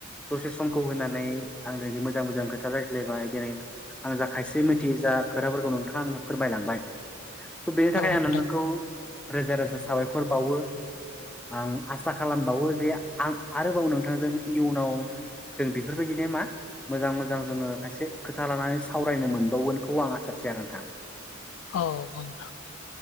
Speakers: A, in the centre; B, on the left (about 85°).
A: दसे समखौ होनानै आं मोजां मोजां खोथा रायज्लायबाय दिनै आं जा खायसे मिथिययो जा खोथाफोरखौ नोंथाङा आंनो फोरमायलांबाय। स' बेनि थाखाय
B: औ नोंथां
A: आं नोंखौ रोजा रोजा साबायखर बावो। आं आसा खालामबावो जे आं आरोबाव नोंथांजों इयुनाव जों बेफोरबायदिनो मा? मोजां मोजां जोङो खायसे खोथा लानानै सावरायनो मोनबावगोनखौ आं आसा थि आरो नोंथां।
B: औ नोंथां